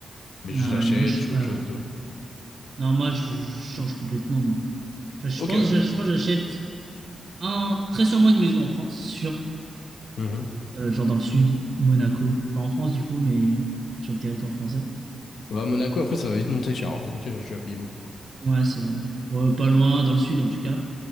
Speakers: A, on the left; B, on the right.
A: Mais juste
B: Ah
A: j'achète,
B: ouais, non, moi, je suis
A: je
B: pas.
A: fais autre chose et tout.
B: Non, moi, je je change complètement, moi. Je, je
A: Ok,
B: pense,
A: ouais.
B: je, je pense que j'achète un, très sûrement une maison en France, sûr.
A: Mhm.
B: Euh, genre dans le sud, Monaco. Pas en France, du coup, mais sur le territoire français.
A: Ouais, à Monaco, après, ça va vite monter cher, hein, parce que tu, tu vas payer beaucoup, quoi.
B: Ouais, c'est vrai. Ouais, pas loin, dans le sud, en tout cas.